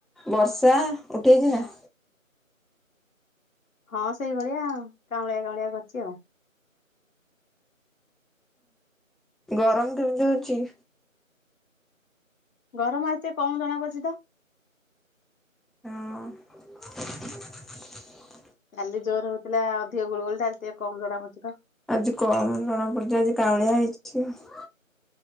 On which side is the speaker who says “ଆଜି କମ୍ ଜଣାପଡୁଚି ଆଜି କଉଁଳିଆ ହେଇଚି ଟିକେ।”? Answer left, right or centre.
Centre